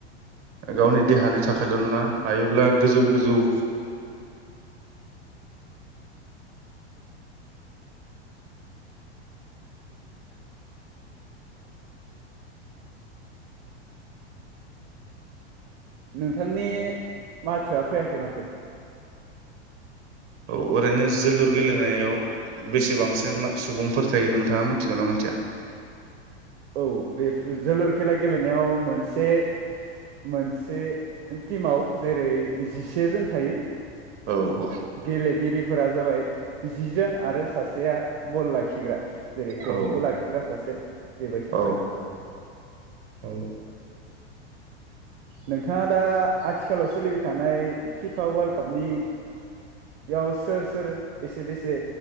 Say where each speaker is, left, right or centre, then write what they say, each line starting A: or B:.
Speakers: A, on the right; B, on the right.
A: गावनि देहानि थाखायल' नङा हायोब्ला गोजौ गोजौ
B: नोंथांनि माथोआ फैयाखै माथो
A: औ ओरैनो जोलुर गेलेनायाव बेसेबांसो सुबुंफोर थायो नोंथाङा मिथिगौ ना मिथिया
B: औ बे जोलुर खेला गेलेनायाव मोनसे मोनसे टिमाव जेरै जिसे जोन थायो
A: औ औ
B: गेलेगिरि फोरा जाबाय जिजोन आरो सासेया बल लाखिग्रा जेरै गलखौ
A: औ
B: लाखिग्रा सासे बायैस
A: औ औ ओ
B: नोंथांङा दा आथिखालाव सोलिबाय थानाय फिफा वर्ल्ड कापनियाव सोर सोर बेसे बेसे